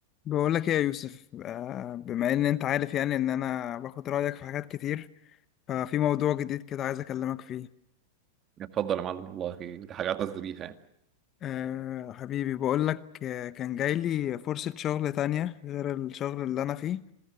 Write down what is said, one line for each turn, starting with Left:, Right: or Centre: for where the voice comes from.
Left: بقول لك ايه يا يوسف آه، بما ان انت عارف يعني ان انا باخد رايك في حاجات كتير ففي موضوع جديد كده عايز اكلمك فيه
Right: اتفضل يا معلم والله دي حاجة اعتز بيها يعني
Left: أه حبيبي بقول لك آه، كان جاي لي فرصه شغل تانية غير الشغل اللي انا فيه